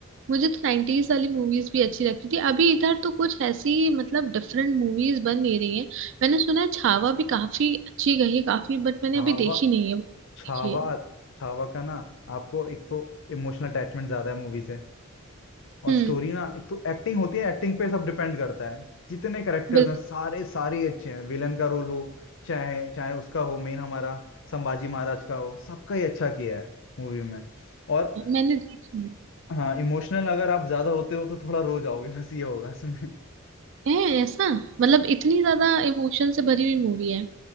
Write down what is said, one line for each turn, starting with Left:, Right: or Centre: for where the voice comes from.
Right: मुझे तो नाइन्टीज वाली मूवीज भी अच्छी लगती थी अभी इधर तो कुछ ऐसी मतलब डिफरेंट मूवीज बन नहीं रही हैं मैंने सुना है छावा भी काफी अच्छी गई है काफी बट मैंने
Left: छावा
Right: अभी देखी नहीं है देखी
Left: छावा
Right: है
Left: छावा का ना आपको एक तो इमोशनल अटैचमेंट ज्यादा है मूवी से और
Right: हम्म
Left: स्टोरी ना एक तो एक्टिंग होती है एक्टिंग पे सब डिपेंड करता है जितने करेक्टर्स
Right: बिल्कुल
Left: हैं सारे सारे ही अच्छे हैं विलन का रोल हो चाहे चाहे उसका हो मेन हमारा संभाजी महाराज का हो सबका ही अच्छा किया है मूवी में और
Right: मैंने देखी
Left: हाँ इमोशनल अगर आप ज्यादा होते हो तो थोड़ा रो जाओगे बस ये होगा इसमें
Right: है ऐसा मतलब इतनी ज्यादा इमोशन से भरी हुई मूवी है